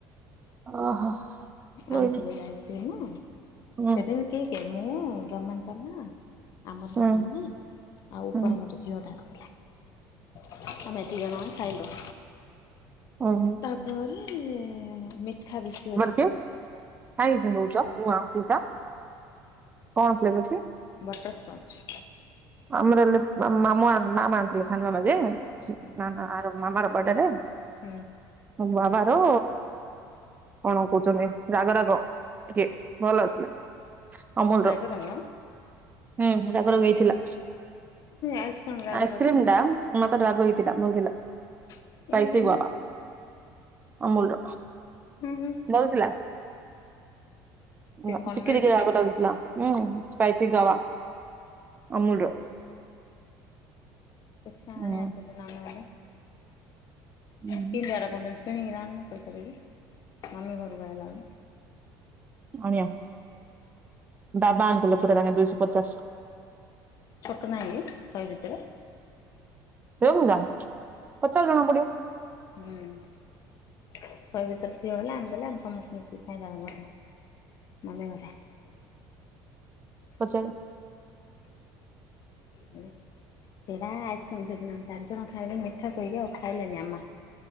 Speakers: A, on the right (about 20°); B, on the left (about 50°).
A: ଓହୋ। ରହିଲି
B: ଆଣିଥିଲି ଆଇସ୍କ୍ରିମ ନା,
A: ହୁଁ
B: ସେଦିନ କିଏ କିଏ? ମୁଁ ଜମା ତମା ଆମରସ୍
A: ହୁଁ
B: ଆାମେ ଆଉ
A: ହୁଁ
B: ଉପର ଘର ଝିଅ ଟା ଆସିଥିଲା। ଆମେ ଦିଜଣ ଖାଇଲୁ।
A: ଓଁ
B: ତାପରେ ମିଠା ବେଶି ଅଛି ଆ
A: ଉଁ କାଇଁ ଚିଲଉଚ ନୂଆ ମଟୂରଟା କଣ ପ୍ଳେଵ୍ ଅଛି।
B: Butterscotch.
A: ଆମର ଲେପ୍ ମାମୁ ମାମୁ ମାଆମା ଆଣିଥିଲେ ସାନୁ ମାମା ଯେ <unintelligible>
B: ହୁଁ
A: ମାମାର ବାଡେଯେ
B: ହୁଁ
A: ମାମାର କଣ କଉଚନ୍ତି ରାଗ ରାଗ ଟିକେ ଭଲଥିଲା। ଅମୁରୁ
B: ରାଗ
A: ର
B: ରାଗ
A: ହୁଁ ଜାଗର ହେଇଥିଲା।।
B: ଆଇସ୍କ୍ରିମ୍ ରାଗ
A: ଆଇସି
B: ରାଗ
A: କ୍ରିମ୍ ଟା ମତେ ରାଗ ହେଇଥିଲା ଭଲଥିଲା।
B: ଏମିତି
A: ପାଇସି
B: କେମିତି
A: ୱା ଅମୁଲ ର।।
B: ହୁଁ ହୁଁ
A: ଭଲଥିଲା
B: ତିନକଣ
A: ନା ଟିକେ
B: ମିଳୁଛି
A: ଟିକେ ରାଗ
B: କି?
A: ଲାଗୁଥିଲା। ହୁଁ ସ୍ପାଇସି ଗୱ। ଅମୁଲର।
B: ଛଣେ
A: ହୁଁ
B: ଆକୁଦ ନମେଲେ? <unintelligible>
A: ହୁଁ
B: କିନ୍‌ଜାର କୋଉଚନ୍ତି କିଣିକିରି ଆଣନୁ ପଇସା ଦେବି ମମି ଘରକୁ ଆଇଲା ବେଳୁ।
A: ବଡ଼ିଆ ଡାବା ଆଣିଥିଲ ପୁରା ଧଣିଆ ଦୁଇଶହ ପଚାଶ।
B: ଛୋଟ ନାହିଁକି ଶହେ ଭିତରେ।
A: ସେଉ ଗୁଣ୍ଡାକ ପଚାଶ ଜଣ ବୁଲିବ।
B: ହୁଁ। ଶହେ ଭିତରେ ଥିବ ହେଲେ ଆମେ ଦେଲେ ଆମେ ସମସ୍ତେ ମିଶିକି ଖାଇବା ଘରେ ମାମି ଘରେ
A: ପଚାରିବୁ
B: ହୁଁ। ସେଇଟା ଆଇସ୍କ୍ରିମ୍ ସେଦିନ ଆ ଚାରିଜଣ ଖାଇଲେ ମିଠା କହିକି ଆଉ ଖାଇଲେନି ଆମମା